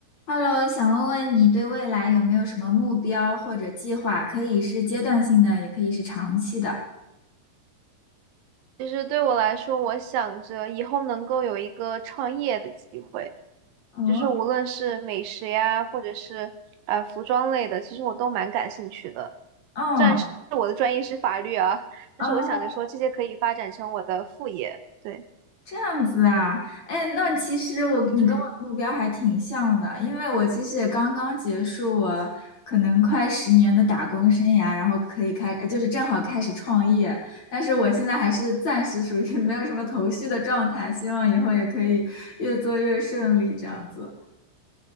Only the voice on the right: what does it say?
其实对我来说，我想着以后能够有一个创业的机会，
就是无论是美食呀，或者是呃服装类的，其实我都蛮感兴趣的。
虽然是我的专业是法律啊，但是我想着说这些可以发展成我的副业。
对，
嗯，